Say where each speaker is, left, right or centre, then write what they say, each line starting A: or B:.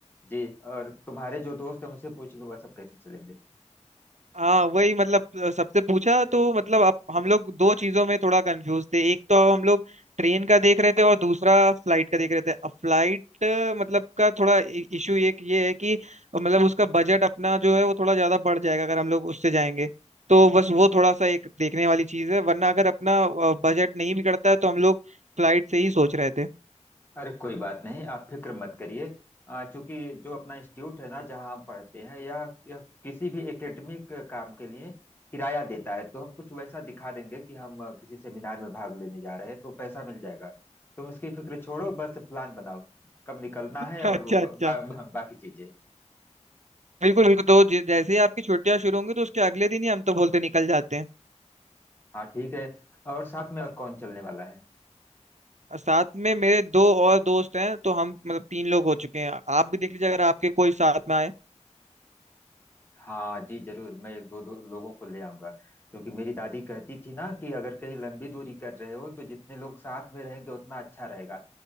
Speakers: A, on the left; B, on the right.
A: जी और तुम्हारे जो दोस्त हैं उनसे पूछ लूंगा सब कैसे चलेंगे
B: हाँ वही मतलब अ, सबसे पूछा तो मतलब अब हम लोग दो चीजों में थोड़ा कंफ्यूज थे एक तो हम लोग ट्रेन का देख रहे थे और दूसरा फ्लाइट का देख रहे थे अब फ्लाइट मतलब का थोड़ा इशू एक ये है कि मतलब उसका बजट अपना जो है वो थोड़ा ज्यादा बढ़ जाएगा अगर हम लोग उससे जाएंगे तो बस वो थोड़ा सा एक देखने वाली चीज है वरना अगर अपना बजट नहीं बिगड़ता है तो हम लोग फ्लाइट से ही सोच रहे थे
A: अरे कोई बात नहीं आप फिक्र मत करिए अ, चूंकि जो अपना इंस्टीट्यूट है ना जहाँ हम पढ़ते हैं या, या किसी भी एकेडमिक काम के लिए किराया देता है तो हम कुछ वैसा दिखा देंगे कि हम अ, किसी सेमिनार में भाग लेने जा रहे हैं तो पैसा मिल जाएगा तुम इसकी फिक्र छोड़ो बस प्लान बनाओ कब निकलना
B: <laughs>
A: है और
B: अच्छा
A: वो ब,
B: अच्छा
A: बा, बा, बाकी चीजें
B: बिल्कुल बिल्कुल तो जै- जैसे ही आपकी छुट्टियां शुरू होंगी तो उसके अगले दिन ही हम तो बोलते निकल जाते हैं
A: हाँ ठीक है और साथ में और कौन चलने वाला है
B: साथ में मेरे दो और दोस्त हैं तो हम मतलब तीन लोग हो चुके हैं आप भी देख लीजिए अगर आपके कोई साथ में आए
A: हाँ जी जरूर मैं एक दो दो लोगों को ले आऊंगा क्योंकि मेरी दादी कहती थी ना कि अगर कहीं लंबी दूरी कर रहे हो तो जितने लोग साथ में रहेंगे उतना अच्छा रहेगा